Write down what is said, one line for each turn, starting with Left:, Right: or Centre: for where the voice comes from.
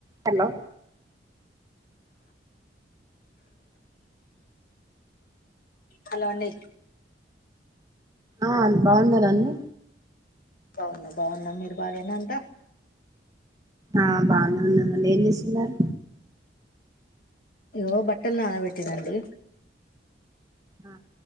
Right: Hello
Left: hello అండి
Right: ఆ బాగునరఅండి
Left: బాగున్నా బాగున్నా మీరు బాగేనా అంటా
Right: ఆ బానే ఉన్నా మంట ఏం చేసన్నారు
Left: ఎమో బట్టలు నానబెట్టినండి
Right: ఆ